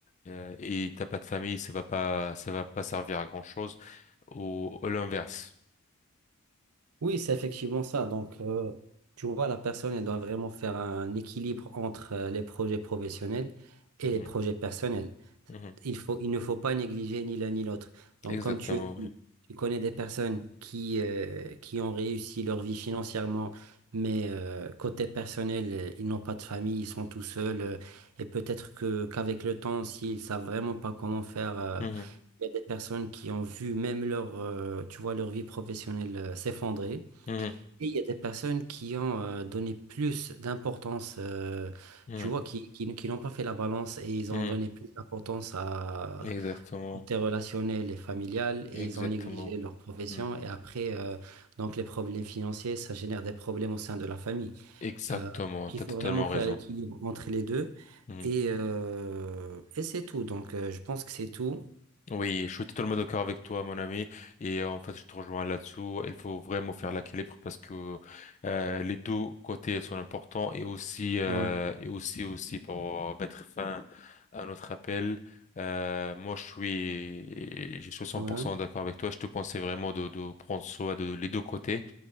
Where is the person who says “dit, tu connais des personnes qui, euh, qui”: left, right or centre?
Right